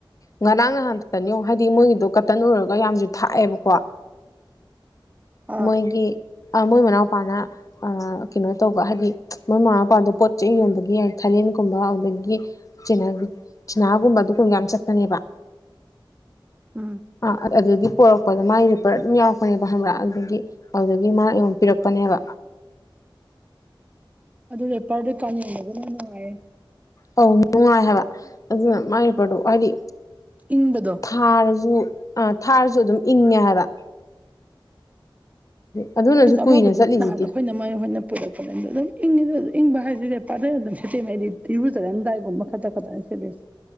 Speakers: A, on the left (about 40°); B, on the right (about 15°).
A: ꯉꯔꯥꯡ ꯉꯍꯟꯊꯅꯤ ꯌꯦꯡꯉꯣ ꯍꯥꯏꯗꯤ ꯃꯣꯏꯒꯤꯗꯣ ꯀꯇꯟ ꯑꯣꯏꯔꯒ ꯌꯥꯝꯅꯖꯨ ꯊꯥꯏꯑꯕꯀꯣ
B: ꯑꯥ
A: ꯃꯣꯏꯒꯤ ꯃꯣꯏ ꯃꯅꯥꯎꯄꯥꯅ ꯑꯥ ꯀꯩꯅꯣ ꯇꯧꯕ ꯍꯥꯏꯗꯤ ꯃꯣꯏ ꯃꯃꯥ ꯃꯄꯥꯗꯣ ꯄꯣꯠ ꯆꯩ ꯌꯣꯟꯕꯒꯤ ꯊꯥꯂꯦꯟꯒꯨꯝꯕ ꯑꯗꯨꯗꯒꯤ ꯆꯤꯅ ꯆꯤꯅꯥꯒꯨꯝꯕ ꯑꯗꯨꯒꯨꯝꯕ ꯌꯥꯝ ꯆꯠꯄꯅꯦꯕ
B: ꯎꯝ
A: ꯑꯥ ꯑꯗꯨꯗꯒꯤ ꯄꯣꯔꯛꯄꯗ ꯃꯥꯒꯤ ꯔꯤꯄꯔ ꯑꯗꯨꯝ ꯌꯥꯎꯔꯛꯄꯅꯦꯕ ꯈꯪꯕ꯭ꯔꯥ ꯑꯗꯨꯗꯒꯤ ꯑꯗꯨꯗꯒꯤ ꯃꯥ ꯑꯩꯉꯣꯟ ꯄꯤꯔꯛꯄꯅꯦꯕ
B: ꯑꯗꯨ ꯔꯦꯄꯔꯗꯣ ꯀꯥꯂꯦꯟꯗꯥꯗꯤ ꯌꯥꯝ ꯅꯨꯡꯉꯥꯏꯔꯦ
A: ꯑꯧ ꯅꯨꯡꯉꯥꯏ ꯍꯥꯏꯕ ꯑꯗꯨꯅ ꯃꯥꯏ ꯔꯦꯄꯔꯗꯣ ꯍꯥꯏꯗꯤ
B: ꯏꯪꯕꯗꯣ
A: ꯊꯥꯔꯖꯨ ꯑ ꯊꯥꯔꯖꯨ ꯑꯗꯨꯝ ꯏꯪꯉꯦ ꯍꯥꯏꯕ ꯑꯗꯨ ꯑꯗꯨꯅꯁꯨ
B: ꯑꯩꯖꯨ
A: ꯀꯨꯏꯅ
B: ꯑꯃꯕꯨꯗꯤ
A: ꯆꯠꯂꯤꯁꯤꯗꯤ
B: ꯅꯍꯥꯟ ꯑꯩꯈꯣꯏꯅ ꯃꯥꯏ ꯍꯣꯏꯅ ꯄꯨꯔꯛꯄꯗ ꯑꯗꯨꯝ ꯏꯪꯉꯤꯗ ꯑꯗꯨ ꯏꯪꯕ ꯍꯥꯏꯁꯤꯗꯤ ꯔꯦꯄꯥꯗꯔ ꯑꯗꯨꯝ ꯁꯤꯠꯇꯦꯝꯃꯦ ꯑꯩꯗꯤ ꯏꯔꯨꯖꯔꯝꯗꯥꯏꯒꯨꯝꯕ ꯈꯛꯇꯥ <unintelligible>